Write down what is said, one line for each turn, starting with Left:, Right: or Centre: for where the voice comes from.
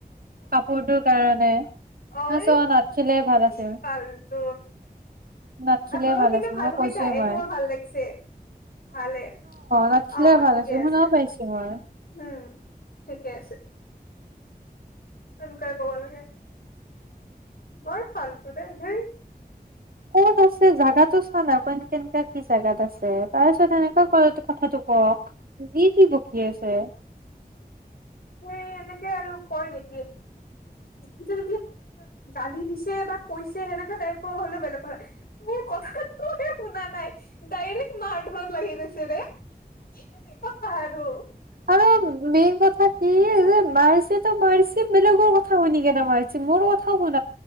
Right: কাপোৰটোৰ কাৰণে।
Left: ঐ
Right: চ নাথখিলে ভাল
Left: কি
Right: আছিল
Left: ফালতো
Right: নাথখিলে
Left: তইও কিন্তু
Right: আছিল
Left: ভাল
Right: মই
Left: কৈছা
Right: কৈছোৱে
Left: সেইটো
Right: মই
Left: মোৰ ভাল লাগিছে ভালে
Right: নাটখিলে
Left: অ
Right: ভাল
Left: ঠিকে
Right: আছিল
Left: আছে
Right: শুনাও পাইছো মই
Left: উম ঠিকে আছে। তেনেকুৱাই কব লাগে বৰ ফালতো দেই ধেই।
Right: ক'ত আছে জেগাতটো চানা কেনেকা কি জেগাত আছে তাৰপিছত এনেকুৱা ক কথাটো কওক যি তি বকি আছে।
Left: সেই এনেকে আৰু কয় নেকি, তোনে জানি দিছে বা কৈছে সেনেকাে টাইপৰ হলোও বেলেগ কথা তোৰ কথাটো শুনা নাই ডাইৰেক্ট মাৰ ধৰত লাগি গৈছে ৰে এইতো কি কথা? পাহাৰো
Right: আৰু মেইন কথা কি যে মাৰিছে তো মাৰিছে বেলেগৰ কথা শুনি কেনে মাৰিছে মোৰো কথা শুনি